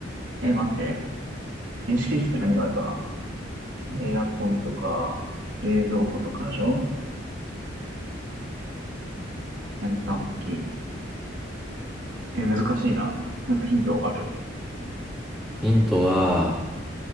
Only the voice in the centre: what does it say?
ヒントは、